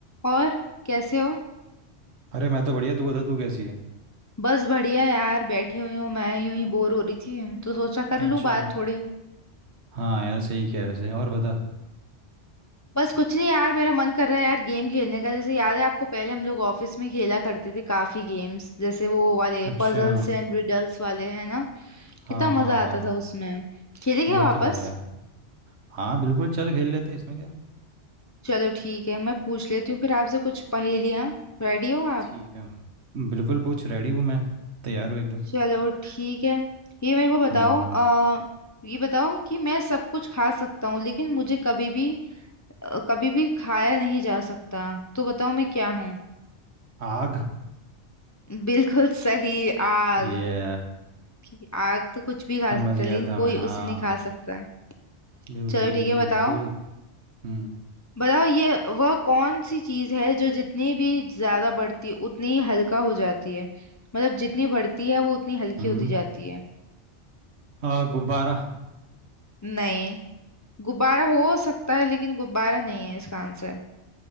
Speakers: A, on the left (about 30°); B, on the right (about 65°).
A: और कैसे हो
B: अरे मैं तो बढ़िया तू बता तू कैसी है
A: बस बढ़िया यार बैठी हुई हूँ मैं यूं ही बोर हो रही थी तो सोचा कर
B: अच्छा
A: लूँ बात थोड़ी
B: हाँ यार सही क्या है वैसे और बता
A: बस कुछ नहीं यार मेरा मन कर रहा है यार गेम खेलने का जैसे याद है आपको पहले हम लोग ऑफिस में खेला करते थे काफी गेम्स जैसे वो वाले
B: अच्छा
A: पजल्स एंड रिडल्स वाले है ना कितना
B: हाँ हाँ
A: मजा
B: हाँ
A: आता था उसमें खेले क्या
B: वो
A: वापस
B: तो है यार हाँ बिल्कुल चल खेल लेते हैं, इसमें क्या
A: चलो ठीक है मैं पूछ लेती हूँ फिर आपसे कुछ पहेलियाँ रेडी हो आप
B: ठीक है बिल्कुल पूछ रेडी हूँ मैं तैयार हूँ एकदम
A: चलो ठीक है ये मेरे को बताओ
B: हम्म
A: आ, ये बताओ कि मैं सब कुछ खा सकता हूँ लेकिन मुझे कभी भी अ, कभी भी खाया नहीं जा सकता तो बताओ मैं क्या हूँ
B: आग
A: बिल्कुल सही आग
B: ये
A: कि आग तो कुछ भी खा
B: समझ
A: सकता
B: गया
A: है लेकिन
B: था
A: कोई
B: मैं हाँ
A: उसे नहीं खा सकता
B: बिल्कुल
A: चलो
B: बिल्कुल
A: ठीक है
B: बिल्कुल
A: बताओ
B: हम्म
A: बताओ ये वह कौन सी चीज है जो जितनी भी ज्यादा बढ़ती है उतनी ही हल्का हो जाती है मतलब जितनी बढ़ती है वो उतनी हल्की
B: हम्म
A: होती जाती है
B: आ, गुब्बारा
A: नहीं गुब्बारा हो सकता है लेकिन गुब्बारा नहीं है इसका आंसर